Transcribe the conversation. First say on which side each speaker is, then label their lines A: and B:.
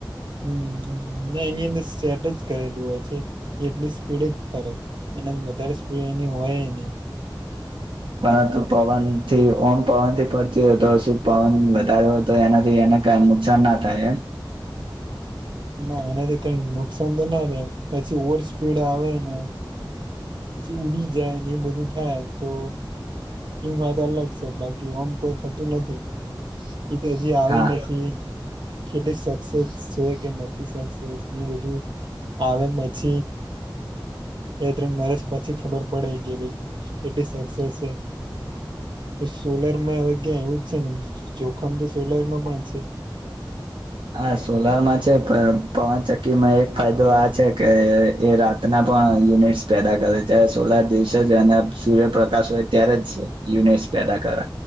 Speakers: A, on the right; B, on the right.
A: હમ્મ ના એની અંદર સેટ જ કરેલું હોય છે એટલી સ્પીડ જ ફરે એના વધારે સ્પીડ એની હોય નહી,
B: પરંતુ પવનથી ઓમ પવનથી ફરતી હોય તો શું પવન વધારે્યો તો એનાથી એને કઈ નુકસાન ના થાય એમ
A: ના એનાથી કઈ નુકસાન તો ના થાય પછી ઓવર સ્પીડ આવેને પછી ઉડી જાયને એ બધું થાય તો એમ વાત અલગ છે બાકી ઓમ કોઈ થતું નથી એ તો હજી આવી
B: હા
A: નથી કેટલીક સક્સેસ છે બધું આવે પછી એ ત્રણ વર્ષ પછી ખબર પડે કે ભાઈ કેટલી સક્સેસ છે સોલર માંગ્યા આવું જ છે ને જોખમ તો સોલારમાં પણ છે
B: હા સોલારમાં છે પ પવનચક્કીમાં એક ફાયદો આ છે કે એ રાતના પણ યુનિટ્સ પેદા કરે જ્યારે સોલાર દિવસે જ અને સૂર્યપ્રકાશ હોય ત્યારે જ યુનિટ્સ પેદા કરે